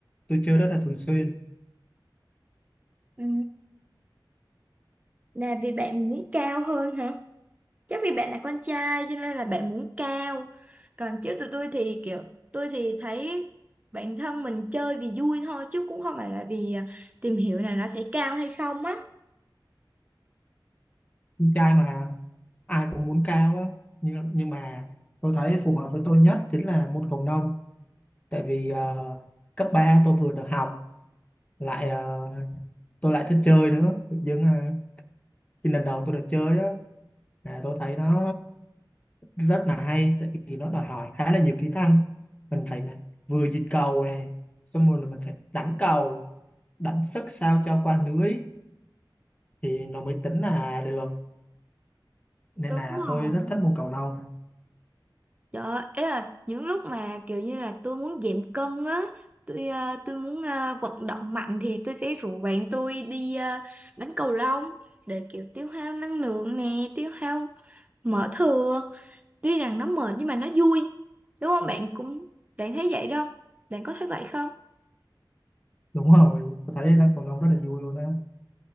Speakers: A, on the left; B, on the right.
A: tôi chơi rất là thường xuyên
B: Ừ. Là vì bạn muốn cao hơn hả? Chắc vì bạn là con trai cho nên là bạn muốn cao. Còn chứ tụi tôi thì kiểu tôi thì thấy bản thân mình chơi vì vui thôi chứ cũng không phải là vì à, tìm hiểu là nó sẽ cao hay không á.
A: con trai mà ai cũng muốn cao á nhưng nhưng mà tôi thấy phù hợp với tôi nhất chính là môn cầu lông tại vì ờ, cấp 3 tôi vừa được học lại ờ, tôi lại thích chơi nữa tự dưng là khi lần đầu tôi được chơi á là tôi thấy nó rất là hay tại vì nó đòi hỏi khá là nhiều kỹ năng mình phải là vừa dịch cầu này xong rồi là mình phải đánh cầu đánh sức sao cho qua lưới thì nó mới tính là được nên
B: Đúng
A: là
B: rồi.
A: tôi rất thích môn cầu lông
B: Trời ấy là những lúc mà kiểu như là tôi muốn giảm cân á, tôi ờ, tôi muốn ờ, vận động mạnh thì tôi sẽ rủ bạn tôi đi ờ, đánh cầu lông để kiểu tiêu hao năng lượng nè, tiêu hao mỡ thừa. Tuy rằng nó mệt nhưng mà nó vui. Đúng không? Bạn cũng bạn thấy vậy đâu? Bạn có thấy vậy không?
A: đúng rồi tôi thấy đánh cầu lông rất là vui luôn á